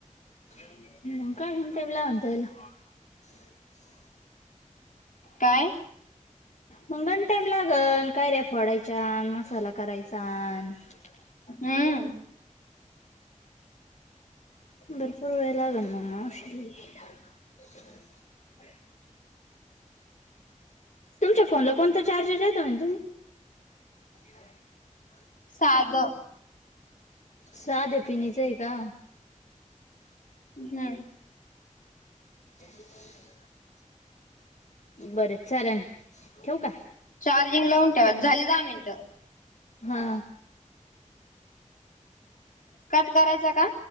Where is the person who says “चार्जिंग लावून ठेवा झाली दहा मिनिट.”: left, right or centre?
Left